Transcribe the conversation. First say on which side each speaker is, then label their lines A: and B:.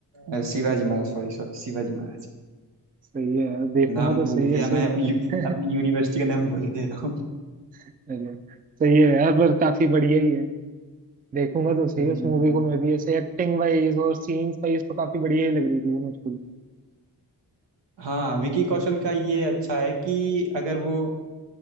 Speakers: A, on the right; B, on the right.
A: अ, शिवाजी महाराज सॉरी सॉरी शिवाजी महाराज
B: सही है यार, देखूंगा
A: नाम
B: तो सही
A: भूल गया
B: है से
A: मैं
B: <laughs>
A: अपनी यू- अपनी यूनिवर्सिटी का नाम भूल दे रहा हूँ
B: अरे सही है यार पर काफी बढ़िया ही है देखूंगा तो सही
A: हम्म
B: उस मूवी को मैं भी ऐसे एक्टिंग वाइज और सीन्स वाइज तो काफी बढ़िया ही लग रही थी वो मुझको भी
A: हाँ विकी कौशल का ये अच्छा है कि अगर वो